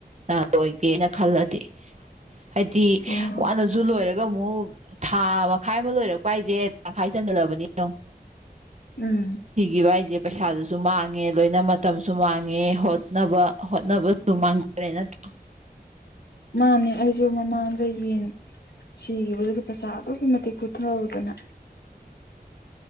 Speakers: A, on the right; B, on the left.
A: <unintelligible> ꯂꯣꯏꯒꯦꯅ ꯈꯜꯂꯗꯤ ꯍꯥꯏꯗꯤ
B: ꯑꯣ
A: ꯋꯥꯅꯖꯨ ꯂꯣꯏꯔꯒ ꯑꯃꯨꯛ ꯊꯥ ꯃꯈꯥꯏ ꯑꯃ ꯂꯣꯏꯔꯛꯄ ꯍꯥꯏꯖꯦ ꯊꯥꯈꯥꯏ ꯆꯟꯖꯜꯂꯕꯅꯤ ꯌꯣꯡ
B: ꯎꯝ
A: ꯄꯤꯕ ꯍꯥꯏꯖꯦ ꯄꯩꯁꯥꯗꯨꯁꯨ ꯃꯥꯡꯉꯦ ꯂꯣꯏꯅ ꯃꯇꯝꯁꯨ ꯃꯥꯡꯉꯦ ꯍꯣꯠꯅꯕ ꯍꯣꯠꯅꯕꯖꯨ ꯃꯥꯡꯖ ꯔꯦ ꯅꯠꯇ꯭ꯔꯥ
B: ꯃꯥꯅꯦ ꯑꯩꯖꯨ ꯃꯃꯥꯡꯗ ꯌꯦꯟ ꯁꯤꯒꯤꯕꯗꯨ ꯄꯩꯁꯥ ꯑꯗꯨꯛꯀꯤ ꯃꯇꯤꯛ ꯄꯨꯠꯊꯍꯧꯗꯅ